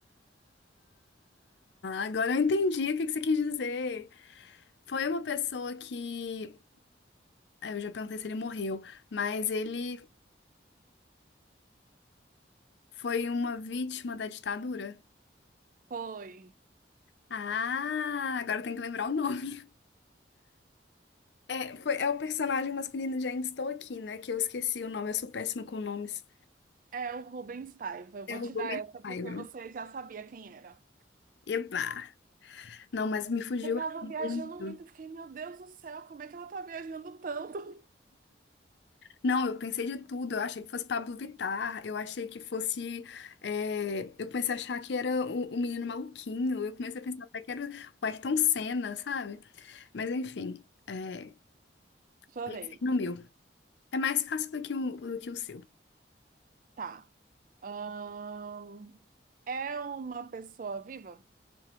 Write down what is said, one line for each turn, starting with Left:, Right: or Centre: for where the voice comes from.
Left: Agora eu entendi o que que você quis dizer. Foi uma pessoa que. ah, Eu já perguntei se ele morreu, mas ele Foi uma vítima da ditadura?
Right: Foi.
Left: Ah, agora tem que lembrar o nome. É, foi, é o personagem masculino de Ainda Estou Aqui, né? Que eu esqueci o nome, eu sou péssima com nomes.
Right: É o Rubens Paiva. Eu
Left: É
Right: vou
Left: o
Right: te
Left: Rubem
Right: dar essa
Left: Paiva.
Right: porque você já sabia quem era.
Left: Eba! Não, mas me fugiu
Right: Eu tava
Left: muito.
Right: viajando muito, eu fiquei, meu Deus do céu, como é que ela tá viajando tanto?
Left: Não, eu pensei de tudo. Eu achei que fosse Pablo Vittar. Eu achei que fosse. é, Eu comecei a achar que era o, o menino maluquinho. Eu comecei a pensar até que era o Ayrton Senna, sabe? Mas enfim, é,
Right: <laughs> Sua
Left: pensei
Right: vez.
Left: no meu. É mais fácil do que o, do que o seu.
Right: Tá. Ahn, é uma pessoa viva?